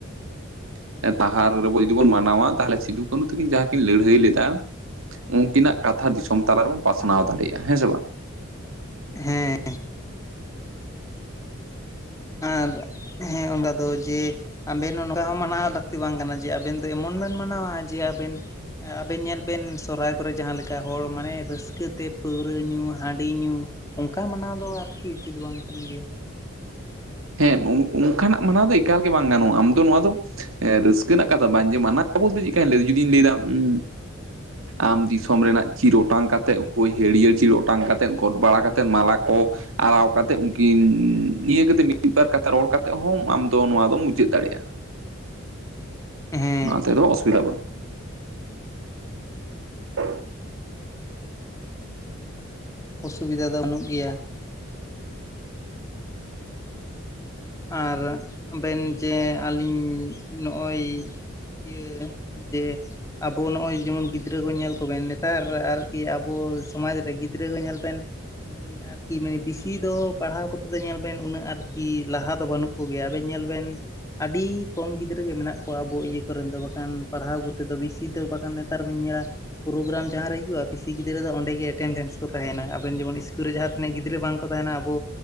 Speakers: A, on the right (about 80°); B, on the left (about 15°).
A: <unintelligible> ᱟᱨᱚ ᱨᱮᱵᱚ ᱡᱩᱫᱤ ᱵᱚᱱ ᱢᱟᱱᱟᱣᱟ ᱛᱟᱦᱚᱞᱮ ᱥᱤᱸᱫᱩ ᱠᱟᱸᱱᱦᱩ ᱛᱟᱹᱠᱤᱱ ᱡᱟᱦᱟᱸ ᱠᱤᱱ ᱞᱟᱹᱲᱦᱟᱹᱭ ᱞᱮᱫᱟ ᱩᱱᱠᱤᱱ ᱟᱜ ᱠᱟᱛᱷᱟ ᱫᱤᱥᱚᱢ ᱛᱟᱞᱟ ᱨᱮᱵᱚᱱ ᱯᱟᱥᱱᱟᱣ ᱫᱟᱲᱮᱭᱟᱜᱼᱟ ᱦᱮᱸ ᱥᱮ ᱵᱟᱝ
B: ᱦᱮᱸ ᱟᱨ ᱦᱮᱸ ᱚᱱᱠᱟ ᱫᱚ ᱡᱮ ᱟᱵᱮᱱ ᱚᱱᱠᱟ ᱦᱚᱸ ᱢᱟᱱᱟᱣ ᱞᱟᱹᱠᱛᱤ ᱵᱟᱝ ᱠᱟᱱᱟ ᱡᱮ ᱟᱵᱮᱱ ᱮᱢᱚᱱ ᱵᱮᱱ ᱢᱟᱱᱟᱣᱼᱟ ᱡᱮ ᱟᱵᱮᱱ ᱟᱵᱮᱱ ᱧᱮᱞ ᱵᱮᱱ ᱥᱚᱦᱨᱟᱭ ᱠᱚᱨᱮ ᱡᱟᱦᱟᱸ ᱞᱮᱠᱟ ᱦᱚᱲ ᱢᱟᱱᱮ ᱨᱟᱹᱥᱠᱟᱹ ᱛᱮ ᱯᱟᱹᱣᱨᱟᱹ ᱧᱩ ᱦᱟᱺᱰᱤ ᱧᱩ ᱚᱱᱠᱟ ᱢᱟᱱᱟᱣ ᱫᱚ ᱟᱨᱠᱤ ᱩᱪᱤᱫ ᱵᱟᱝ ᱠᱟᱱ ᱜᱮᱭᱟ
A: ᱦᱮᱸ ᱚᱱᱠᱟᱱᱟᱜ ᱢᱟᱱᱟᱣ ᱫᱚ ᱮᱠᱟᱞ ᱜᱮ ᱵᱟᱝ ᱜᱟᱱᱚᱜᱼᱟ ᱟᱢ ᱫᱚ ᱱᱚᱣᱟ ᱫᱚ ᱦᱮᱸ ᱨᱟᱹᱥᱠᱟᱹ ᱨᱮᱱᱟᱜ ᱠᱟᱛᱷᱟ ᱵᱟᱝ ᱡᱮ ᱢᱟᱱᱟᱣ ᱵᱚᱞᱛᱮ ᱫᱚ ᱪᱮᱫ ᱞᱮᱠᱟᱧ ᱡᱩᱫᱤᱧ ᱞᱟᱹᱭᱮᱫᱟ ᱦᱩᱸ ᱟᱢ ᱫᱤᱥᱚᱢ ᱨᱮᱱᱟᱜ ᱪᱤᱨ ᱚᱴᱟᱝ ᱠᱟᱛᱮᱫ ᱦᱳᱭ ᱦᱟᱹᱨᱭᱟᱹᱲ ᱪᱤᱨ ᱚᱴᱟᱝ ᱠᱟᱛᱮᱫ ᱜᱚᱰ ᱵᱟᱲᱟ ᱠᱟᱛᱮᱫ ᱢᱟᱞᱟ ᱠᱚ ᱟᱨᱟᱣ ᱠᱟᱛᱮᱜ ᱩᱱᱠᱤᱱ ᱤᱭᱟᱹ ᱠᱟᱛᱮᱫ ᱢᱤᱫᱵᱟᱨ ᱠᱟᱛᱷᱟ ᱨᱚᱲ ᱠᱟᱛᱮᱫ ᱦᱚᱸ ᱟᱢ ᱫᱚ ᱱᱚᱣᱟ ᱫᱚᱢ ᱢᱩᱡᱟᱹᱫ ᱫᱟᱲᱮᱭᱟᱜᱼᱟ
B: ᱦᱮᱸ
A: ᱚᱱᱟ ᱛᱮᱫᱚ ᱚᱥᱩᱵᱤᱫᱟ ᱵᱟᱹᱱᱩᱜ-ᱟ <unintelligible>
B: ᱚᱥᱩᱵᱤᱫᱷᱟ ᱫᱚ ᱵᱟᱹᱱᱩᱜ ᱜᱮᱭᱟ ᱟᱨ ᱟᱵᱮᱱ ᱡᱮ ᱟᱹᱞᱤᱧ ᱱᱚᱜᱼᱚᱭ ᱤᱭᱟᱹ ᱡᱮ ᱟᱵᱚ ᱱᱚᱜᱼᱚᱭ ᱡᱮᱢᱚᱱ ᱜᱤᱫᱽᱨᱟᱹ ᱠᱚ ᱧᱮᱞ ᱠᱚᱵᱮᱱ ᱱᱮᱛᱟᱨ ᱟᱨᱠᱤ ᱟᱵᱚ ᱥᱚᱢᱟᱡᱽ ᱨᱮ ᱜᱤᱫᱽᱨᱟᱹ ᱧᱮᱞ ᱵᱮᱱ ᱟᱨᱠᱤ ᱢᱟᱱᱮ ᱵᱮᱥᱤ ᱫᱚ ᱯᱟᱲᱦᱟᱣ ᱠᱚᱛᱮ ᱫᱚ ᱧᱮᱞ ᱵᱮᱱ ᱩᱱᱟᱹᱜ ᱟᱨᱠᱤ ᱠᱤ ᱞᱟᱦᱟ ᱫᱚ ᱵᱟᱹᱱᱩᱜ ᱠᱚᱜᱮᱭᱟ ᱟᱵᱮᱱ ᱧᱮᱞ ᱵᱮᱱ ᱟᱹᱰᱤ ᱠᱚᱢ ᱜᱤᱫᱽᱨᱟᱹ ᱜᱮ ᱢᱮᱱᱟᱜ ᱠᱚᱣᱟ ᱟᱵᱚ ᱤᱭᱟᱹ ᱠᱚᱨᱮᱱ ᱫᱚ ᱵᱟᱝᱠᱷᱟᱱ ᱯᱟᱲᱦᱟᱣ ᱠᱚᱛᱮ ᱫᱚ ᱵᱮᱥᱤ ᱫᱚ ᱵᱟᱝᱠᱷᱟᱱ ᱱᱮᱛᱟᱨ ᱵᱚᱱ ᱧᱮᱞᱟ ᱯᱨᱳᱜᱨᱟᱢ ᱡᱟᱦᱟᱸᱨᱮ ᱦᱩᱭᱩᱜᱼᱟ ᱵᱤᱥᱤ ᱜᱤᱫᱽᱨᱟᱹ ᱫᱚ ᱚᱸᱰᱮ ᱜᱮ ᱮᱴᱮᱱᱰᱮᱱᱥ ᱠᱚ ᱛᱟᱦᱮᱱᱟ ᱟᱵᱮᱱ ᱡᱮᱢᱚᱱ ᱤᱥᱠᱩᱞ ᱨᱮ ᱡᱟᱦᱟᱸ ᱛᱤᱱᱟᱹᱜ ᱜᱤᱫᱽᱨᱟᱹ ᱵᱟᱝᱠᱚ ᱛᱟᱦᱮᱱᱟ ᱟᱵᱚ